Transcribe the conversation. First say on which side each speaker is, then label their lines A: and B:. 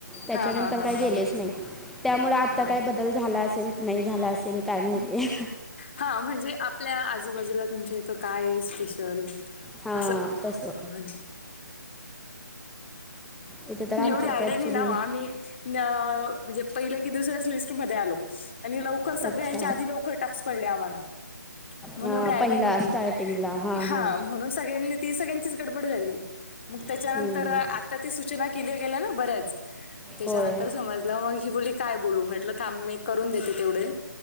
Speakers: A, in the centre; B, on the left.
A: त्याच्यानंतर
B: हा हा हा
A: काय
B: हा
A: गेलेच नाही. त्यामुळे आता
B: हा
A: काही बदल झाला असेल, नाही झाला असेल, काय माहितीय.
B: हा म्हणजे आपल्या आजूबाजूला, तुमच्या इथं काये स्पेशल?
A: हां
B: असं.
A: तसं
B: हम्म.
A: इथे तर आमच्या
B: एवढी आयडिया
A: इथं ॲक्च्युली
B: नाही ना ओ आम्ही अं म्हणजे पहिल्या की दुसऱ्याच लिस्ट मध्ये आलो, आणि लवकर सगळ्यांच्या
A: अच्छा
B: आधी लवकर टास्क पडले आम्हाला म्हणून
A: हां
B: एवढी आयडिया
A: पहिला
B: नव्हती.
A: स्टार्टिंगला हां
B: हा
A: हां
B: म्हणून सगळ्यांनी ती सगळ्यांचीच गडबड झाली. मग त्याच्यानंतर
A: हम्म,
B: आता
A: हम्म.
B: त सूचना केल्या गेल्या ना बऱ्याच, त्याच्यानंतर
A: होय
B: समजलं मग ही बोलली काय बोलू? म्हटलं, थांब मी करून देते तेवढे